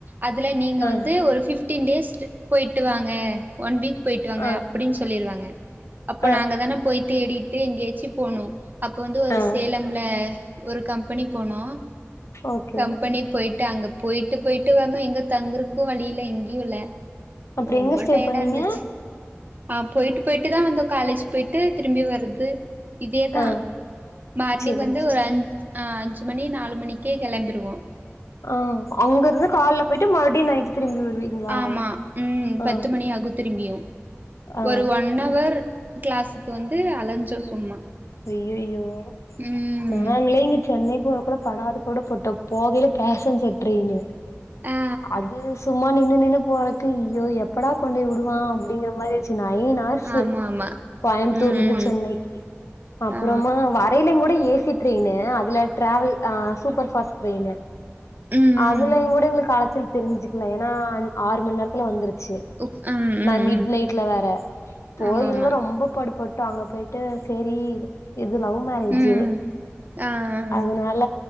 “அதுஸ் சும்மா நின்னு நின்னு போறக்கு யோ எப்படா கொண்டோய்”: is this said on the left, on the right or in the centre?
Left